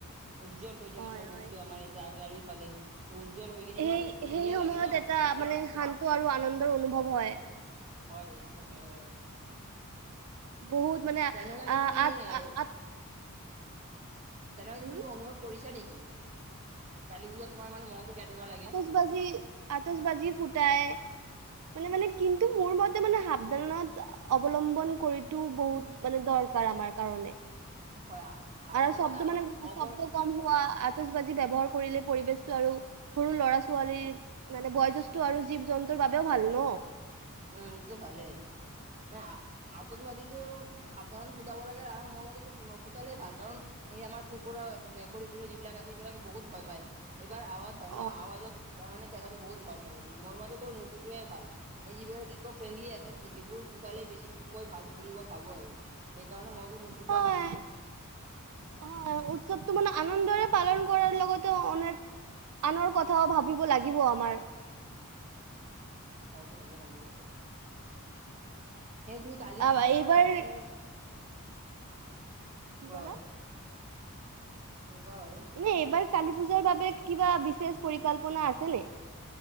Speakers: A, on the right; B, on the right.
A: উজ্জ্বল হৈ থাকে
B: হয়
A: চব
B: হয়
A: বস্তু আমাৰ ইয়াতে আলি আলিফালে, ত উজ্জ্বল হৈ কিনে
B: সেই
A: ইমান ধুনীয়া
B: সেই সময়ত
A: লাগে ন?
B: এটা মানে শান্ত আৰু আনন্দৰ অনুভৱ হয়।
A: হয় এইটো হয়ে বাৰু।
B: বহুত মানে আ
A: তেনেকুৱাকে
B: আ
A: তুমি
B: আত
A: এ
B: আ আত
A: তেনেকুৱা
B: উম
A: তুমি কিবা অনুভৱ কৰিছা নেকি? কালি পুজাত তোমাৰ মানে মনটো কেনেকুৱা লাগে?
B: তবাজি-আতচবাজি ফুটায়। মানে, মানে কিন্তু মোৰ মতে মানে সাৱধানত অৱলম্বন কৰিতো বহুত মানে দৰকাৰ আমাৰ কাৰণে।
A: হয়। সাৱধানতা
B: আৰু শব্দ মানে
A: অৱল
B: শব্দ কম হোৱা আ তচবাজি ব্যৱহাৰ কৰিলে পৰিবেশটো আৰু সৰু ল'ৰা ছোৱালীৰ মানে বয়োজ্যেষ্ঠ আৰু জীৱ জন্তুৰ বাবেও ভাল ন'।
A: উম, এইটো টো ভালেই। নাই আতচবাজিটো সাৱধানেৰে ফুটাব লাগে আৰু মোৰ মতেতো নুফুটালেই ভাল, কাৰণ এই আমাৰ কুকুৰ মেকুৰীবোৰৰ যিবিলাক আছে সেইবিলাকে বহুত ভয় পায়, এইবাৰ আৱাজ হয়
B: অ
A: ন, আৱাজৰ কাৰণে তেখেতে বহুত ভয় পায়। মোৰ মতেতো নুফুটোৱাই ভাল। এই যিবিলাক ইক' ফ্ৰেণ্ডলি আছে, সেইবোৰ ফুটালেই বেছিকৈ ভাল বুলি মই ভাবোঁ আৰু। সেইকাৰণে মইতো নুফুটাৱেই
B: হয়
A: বেছিকৈ।
B: হয়, উৎসৱটো মান আনন্দৰে পালন কৰাৰ লগতে <unintelligible> আনৰ কথাও ভাবিব লাগিব আমাৰ।
A: হয়টো ভাবিব লাগিবই। সেই তুমি কালী
B: আ,
A: পূজাৰ
B: এইবাৰ
A: দেন
B: কি
A: কোৱা
B: ক'লা?
A: বাৰু <unintelligible> বাৰু?
B: মানে এইবাৰ কালী পূজাৰ বাবে কিবা বিচেষ পৰিকল্পনা আছে নে?